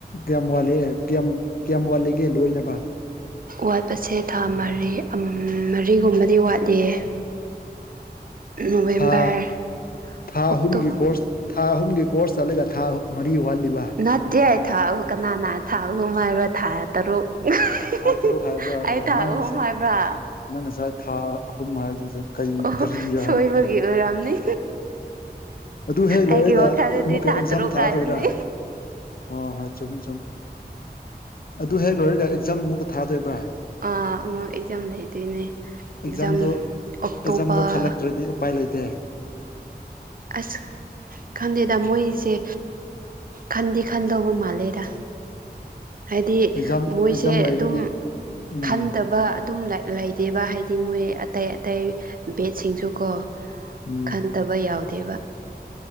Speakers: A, on the left; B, on the right.
A: ꯀꯌꯥꯝ ꯋꯥꯠꯂꯦ ꯀꯌꯥꯝ ꯀꯌꯥꯝ ꯋꯥꯠꯂꯤꯒꯦ ꯂꯣꯏꯅꯕ꯫
B: ꯋꯥꯠꯄꯁꯦ ꯊꯥ ꯃꯔꯤ ꯑꯝ ꯃꯔꯤꯒꯨꯝꯕꯗꯤ ꯋꯥꯠꯂꯤꯌꯦ꯫ ꯅꯣꯕꯦꯝꯕꯔ
A: ꯊꯥ ꯊꯥ
B: ꯑꯣꯛꯇꯣ
A: ꯑꯍꯨꯝꯒꯤ ꯀꯣꯔꯁ ꯊꯥ ꯑꯍꯨꯝꯒꯤ ꯀꯣꯔꯁ ꯆꯠꯂꯒ ꯊꯥ ꯃꯔꯤ ꯋꯥꯠꯂꯤꯕ꯫
B: ꯅꯥꯠꯇꯦ ꯊꯥ ꯑꯍꯨ ꯀꯅꯥꯅꯥ ꯊꯥ ꯑꯍꯨꯝ ꯍꯥꯏꯕ ꯊꯥ ꯇꯔꯨꯛ꯫ <unintelligible>
A: ꯊꯥ ꯇꯔꯨꯛ ꯍꯥꯏꯕ꯭ꯔꯥ ꯑꯣ
B: ꯑꯩ ꯊꯥ
A: ꯅꯪ
B: ꯑꯍꯨꯝ
A: ꯉꯁꯥꯏ
B: ꯍꯥꯏꯕ꯭ꯔꯥ
A: ꯅꯪ ꯉꯁꯥꯏ ꯊꯥ ꯑꯍꯨꯝ ꯍꯥꯏꯕꯗꯨꯗ ꯀꯩ
B: ꯑꯣ
A: ꯀꯔꯤꯔꯥ
B: ꯁꯣꯏꯕꯒꯤ
A: ꯍꯥꯏꯅ ꯈꯜꯂꯤ
B: ꯑꯣꯏꯔꯝꯅꯤ
A: ꯑꯗꯨ ꯍꯦꯛ
B: ꯑꯩꯒꯤ
A: ꯂꯣꯏꯔꯦꯗ
B: ꯋꯥꯈꯜꯗꯗꯤ
A: ꯑꯃꯨꯛꯀ
B: ꯊꯥ
A: ꯑꯦꯛꯖꯥꯝ
B: ꯇꯔꯨꯛ
A: ꯊꯥꯗꯣꯏꯔꯥ
B: ꯍꯥꯏꯕꯅꯤ
A: ꯍ ꯍꯣꯏ ꯆꯨꯝꯃꯦ ꯆꯨꯝ ꯑꯗꯨ ꯍꯦꯛ ꯂꯣꯏꯔꯒ ꯑꯦꯛꯖꯥꯝ ꯑꯃꯨꯛꯀ ꯊꯥꯗꯣꯏꯕ꯭ꯔꯥ
B: ꯑꯥ ꯑꯃꯨꯛ ꯑꯦꯛꯖꯥꯝ ꯂꯩꯗꯣꯏꯅꯦ
A: ꯑꯦꯛꯖꯥꯝꯗꯣ
B: ꯑꯦꯛꯖꯥꯝ ꯑꯣꯛꯇꯣꯕꯔ
A: ꯑꯦꯛꯖꯥꯝꯗꯣ ꯈꯜꯂꯛꯇ꯭ꯔꯗꯤ ꯎꯄꯥꯏ ꯂꯩꯇꯦ
B: ꯑꯁ ꯈꯟꯗꯦꯗ ꯃꯣꯏꯁꯦ ꯈꯟꯗꯤ ꯈꯟꯗꯧꯕ ꯃꯥꯜꯂꯦꯗ꯫ ꯍꯥꯏꯗꯤ
A: ꯑꯦꯛꯖꯥꯝ
B: ꯃꯣꯏꯁꯦ
A: ꯑꯦꯛꯖꯥꯝ ꯂꯩꯔꯗꯤ
B: ꯑꯗꯨꯝ
A: ꯎꯝ
B: ꯈꯟꯗꯕ ꯑꯗꯨꯝ ꯂꯩ ꯗꯦꯕꯥ ꯍꯥꯏꯗꯤ ꯃꯣꯏ ꯑꯇꯩ ꯑꯇꯩ ꯕꯦꯠꯁꯤꯡꯁꯨꯀꯣ
A: ꯎꯝ
B: ꯈꯟꯗꯕ ꯌꯥꯎ ꯗꯦꯕ